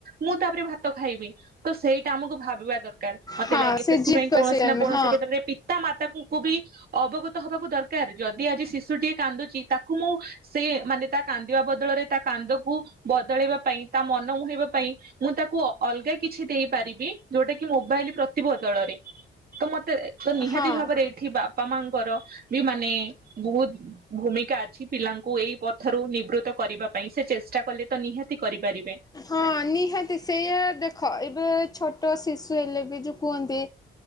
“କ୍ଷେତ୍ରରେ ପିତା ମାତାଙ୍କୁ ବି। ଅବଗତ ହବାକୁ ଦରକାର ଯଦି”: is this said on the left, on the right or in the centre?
Right